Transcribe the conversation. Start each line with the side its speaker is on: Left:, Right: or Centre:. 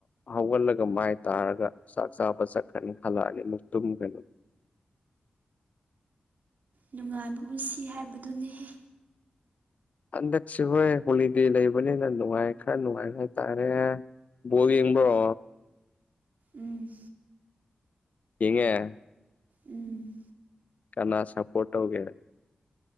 Left: ꯍꯧꯒꯠꯂꯒ ꯃꯥꯏ ꯇꯥꯔꯒ ꯆꯥꯛ ꯆꯥꯕ ꯆꯠꯈ꯭ꯔꯅꯤ ꯍꯜꯂꯛꯑꯗꯤ ꯑꯃꯨꯛ ꯇꯨꯝꯈ꯭ꯔꯅꯤ
Right: ꯅꯨꯡꯉꯥꯏꯕ ꯄꯨꯟꯁꯤ ꯍꯥꯏꯕꯗꯨꯅꯤꯍꯦ
Left: ꯍꯟꯗꯛꯁꯦ ꯍꯣꯏ ꯍꯣꯂꯤꯗꯦ ꯂꯩꯕꯅꯤꯅ ꯅꯨꯡꯉꯥꯏ ꯈꯔ ꯅꯨꯡꯉꯥꯏ ꯍꯥꯏꯇꯥꯔꯦ ꯚꯣꯜ ꯌꯦꯡꯕ꯭ꯔꯣ
Right: ꯎꯝ
Left: ꯌꯦꯉꯦ
Right: ꯎꯝ
Left: ꯀꯅꯥ ꯁꯄꯣꯔꯠ ꯇꯧꯒꯦ